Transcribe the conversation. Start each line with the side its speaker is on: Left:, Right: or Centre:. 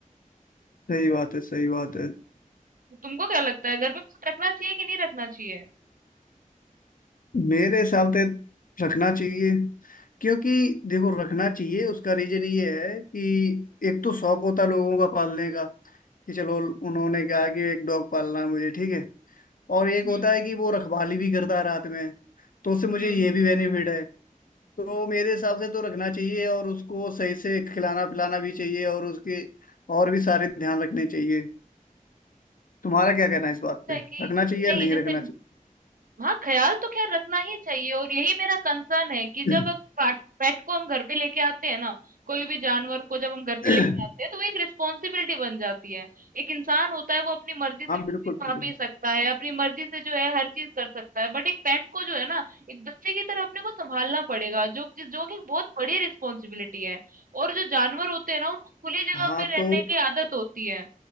Left: सही बात है सही बात है
Right: तुमको क्या लगता है घर पे रखना चाहिए कि नहीं रखना चाहिए
Left: मेरे हिसाब से रखना चाहिए क्योंकि देखो रखना चाहिए उसका रीजन ये है कि एक तो शौक होता है लोगों का पालने का कि चलो उन्होंने कहा कि एक डॉग पालना है मुझे ठीक है और एक
Right: हम्म
Left: होता है कि वो रखवाली भी करता है रात में तो उससे मुझे
Right: हम्म
Left: ये भी बेनिफिट है तो मेरे हिसाब से तो रखना चाहिए और उसको सही से खिलाना पिलाना भी चाहिए और उसके और भी सारे ध्यान रखने चाहिए तुम्हारा क्या कहना है इस बात पे
Right: है कि
Left: रखना चाहिए
Right: नहीं
Left: या नहीं
Right: जैसे
Left: रखना चाहिए
Right: हाँ ख्याल तो खैर रखना ही चाहिए और यही मेरा कंसर्न है कि
Left: हाँ
Right: जब पेट को हम घर पे लेके आते हैं ना कोई भी जानवर को जब हम घर पे
Left: हाँ
Right: लेके आते हैं तो वो एक रिस्पॉन्सिबिलिटी बन जाती है एक इंसान होता है वो अपनी मर्जी से कुछ
Left: बिल्कुल
Right: भी
Left: बिल्कुल
Right: खा पी सकता है अपनी मर्जी से जो है हर चीज कर सकता है बट एक पेट को जो है ना एक बच्चे की तरह अपने को संभालना पड़ेगा जो कि- जो कि एक बहुत बड़ी रिस्पॉन्सिबिलिटी है और जो जानवर होते हैं ना उनको खुली जगह
Left: हाँ
Right: पे
Left: तो
Right: रहने की आदत होती है